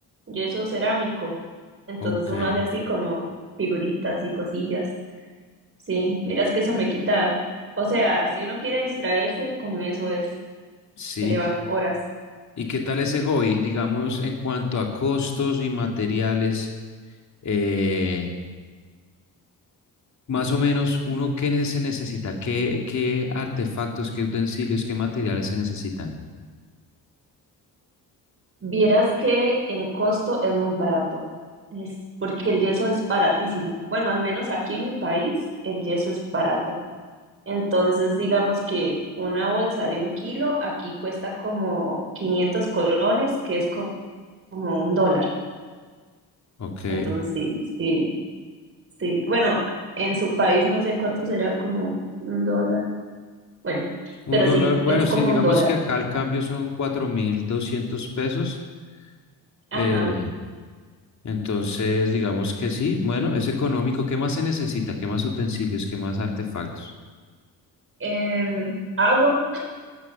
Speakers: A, on the right; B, on the left.
A: yeso cerámico. Entonces
B: Ok,
A: uno hace así como figuritas y cosillas. Sí, miras que eso me quita, o sea, si uno quiere distraerse, con eso es,
B: sí.
A: se le van horas.
B: ¿Y qué tal ese hobby? Digamos, en cuanto a costos y materiales, eh, Más o menos, uno, ¿qué ne- se necesita? ¿Qué, qué artefactos, qué utensilios, qué materiales se necesitan?
A: Vieras que en costo es muy barato. Es porque el yeso es baratísimo. Bueno, al menos aquí en mi país el yeso es barato. Entonces, digamos que una bolsa de un kilo aquí cuesta como 500 colones, que es co- como un dólar.
B: Ok.
A: Entonces, sí, sí, sí. Bueno, en su país no sé cuánto será como un dólar. Bueno,
B: Un
A: pero
B: dólar,
A: sí,
B: bueno,
A: es
B: sí,
A: como
B: digamos
A: un dólar.
B: que acá el cambio son 4.200 pesos.
A: Ajá.
B: eh, entonces, digamos que sí, bueno, es económico. ¿Qué más se necesita? ¿Qué más utensilios? ¿Qué más artefactos?
A: Em, agua.